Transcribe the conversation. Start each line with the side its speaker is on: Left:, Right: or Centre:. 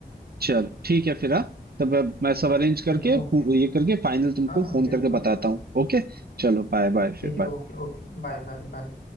Right: चलो ठीक है फिर हाँ तब अब मैं सब अरेंज करके
Left: ठीक है ओके
Right: पू-
Left: ओके
Right: ये करके फाइनल तुमको
Left: हाँ हाँ
Right: फोन
Left: बिल्कुल
Right: करके बताता
Left: बिल्कुल
Right: हूँ ओके चलो बाय बाय फिर
Left: ठीक है
Right: बाय
Left: okay okay bye bye bye